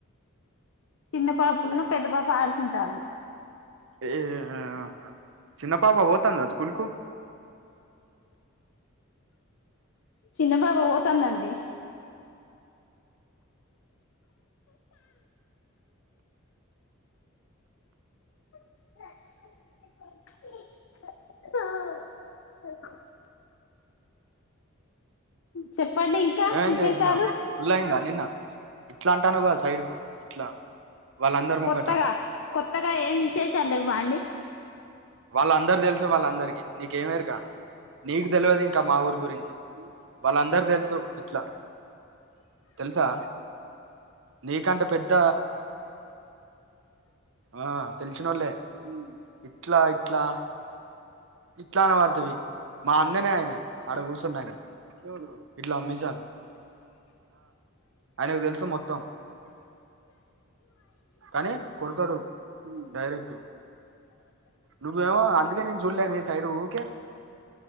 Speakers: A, on the left; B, on the right.
A: చిన్న పాపున్ను, పెద్ద పాప ఆడుకుంటాళ్ళు.
B: ఏ ఆహా చిన్న పాప, పోతాందా స్కూల్ కు.
A: చిన్న బాబ్. పోతాందండి. <unintelligible> చెప్పండి ఇంకా
B: ఏమైంది
A: విశేషాలు
B: నిన్న ఫుల్ అయిందా నిన్న, ఇట్లా అంటాను కాద్. సైడ్కు. ట్లా వాళ్ళందరి ముంగట.
A: కొత్తగా కొత్తగా ఏం విశేషాలు లేవ్వా అండి
B: వాళ్ళందరూ తెలుసు వాళ్ళందరికీ, నీకేమేరుక నీకు తెలియదు ఇంకా మా ఊరి గురించి, వాళ్ళందర్కి తెలుసు. ఇట్లా, తెలుసా నీకంటే పెద్ద, ఆ తెలిసినోళ్ళే ఇట్లా ఇట్లా. ఇట్లా అనవడ్థీవి, మా అన్ననే ఆయనే ఆడ కూర్చున్న ఆయనే. ఇట్లా మీసాల్, ఆయనకు తెలుసు మొత్తం. కానీ కొడకాడు డైరెక్ట్, నువ్వేమో అందుకే నేను చూడలే నీ సైడ్ ఊకే,